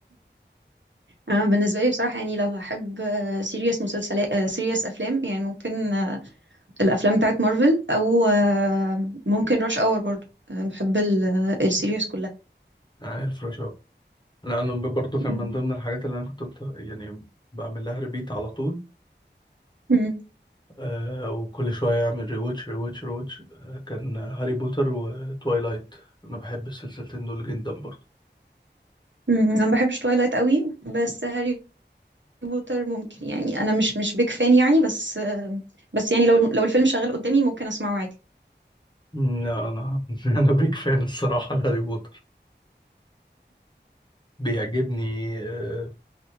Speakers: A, on the right (about 75°); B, on the left (about 25°).
A: انا بالنسبه لي بصراحه يعني لو هحب سيريس مسلسلات سيريس افلام يعني ممكن آه، الافلام بتاعت مارفل او آه، ممكن راش اور برضو آه، بحب السيريس كلها
B: يعني الفراشة لأنه برضه كان
A: مم.
B: من ضمن الحاجات اللي أنا كنت بت- يعني بعمل لها ريبيت على طول
A: مم.
B: آه وكل شوية أعمل ريواتش ريواتش ريواتش آه كان هاري بوتر وتوايلايت أنا بحب السلسلتين دول جدا برضه
A: مم. انا ما بحبش تويلايت قوي بس هاري بوتر ممكن يعني انا مش مش بيك فان يعني بس آه، بس يعني لو لو الفيلم شغال قدامي ممكن اسمعه عادي
B: مم، لا أنا <laughs> أنا بيك فان الصراحة لهاري بوتر بيعجبني آه